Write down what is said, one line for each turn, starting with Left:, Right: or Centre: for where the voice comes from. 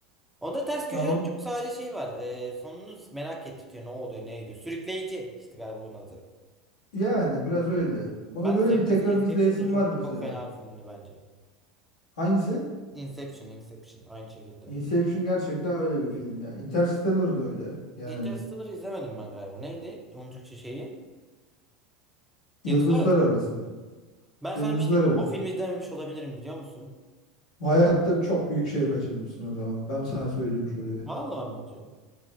Centre: Onda ters köşeden
Left: Ya on,
Centre: çok sadece şey var. E, sonunu merak ettiriyor. Ne oluyor, ne ediyor. Sürükleyici işte galiba onun adı.
Left: yani biraz öyle. Onu
Centre: Ben
Left: böyle
Centre: sev
Left: bir tekrar
Centre: mesela Inception
Left: izleyesim
Centre: da çok
Left: var mesela.
Centre: çok fena bir filmdi bence.
Left: Hangisi?
Centre: Inception, Inception aynı şekilde.
Left: Inception gerçekten öyle bir film ya. Interstellar da öyle. Yani
Centre: Interstellar'ı izlemedim ben galiba. Neydi? Onun Türkçe şeyi. Yıldızlar
Left: yıldızlar
Centre: Arası.
Left: arası. mı?
Centre: Ben
Left: Yıldızlar
Centre: sana bir şey diyeyim
Left: arası.
Centre: mi? O filmi izlememiş olabilirim biliyor musun?
Left: Bu Hayatta çok büyük şey kaçırmışsın o zaman. Ben sana söyleyeyim şöyle bir.
Centre: Vallahi mi diyor?